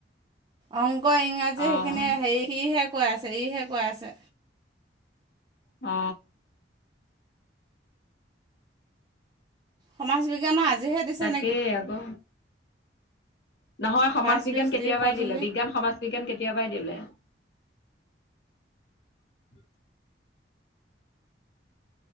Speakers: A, on the right; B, on the left.
A: অংক ইংৰাজী
B: অঁ
A: সেইখিনি হে সিহে কৈ আছে ইহে কৈ আছে
B: অ
A: সমাজ বিজ্ঞানৰ আজিহে দিছে
B: তাকেই
A: নেকি
B: আকৌ নহয় সমাজ
A: পাঁচবিধ
B: বিজ্ঞান
A: খেতিৰ
B: কেতিয়াবাই
A: সঁজুলি
B: দিলে বিজ্ঞান সমাজ বিজ্ঞান কেতিয়াবাই দিলে <inaudible>